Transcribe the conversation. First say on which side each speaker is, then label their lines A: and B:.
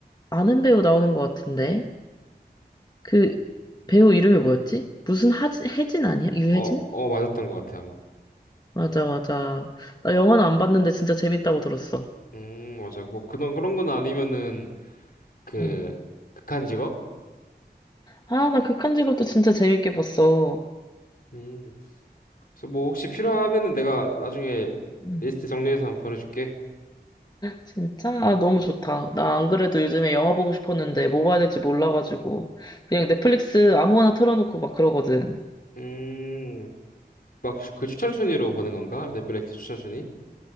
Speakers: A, on the left; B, on the left.
A: 아는 배우 나오는 것 같은데. 그 배우 이름이 뭐였지? 무슨 하진, 혜진 아니야? 유혜진?
B: 어, 어, 맞았던 것 같아, 아마.
A: 맞아, 맞아. 나 영화는 안 봤는데 진짜 재밌다고 들었어.
B: 음, 맞아. 뭐, 그런, 그런 건 아니면은, 그,
A: 응.
B: 극한 직업?
A: 아, 나 극한 직업도 진짜 재밌게 봤어.
B: 음, 그래서 뭐, 혹시 필요하면은 내가 나중에
A: 응.
B: 리스트 정리해서 한번 보내줄게.
A: 진짜? 아, 너무 좋다. 나 안 그래도 요즘에 영화 보고 싶었는데 뭐 봐야 될지 몰라가지고 그냥 넷플릭스 아무거나 틀어놓고 막 그러거든.
B: 음, 막 그 추천 순위로 보는 건가? 넷플릭스 추천 순위?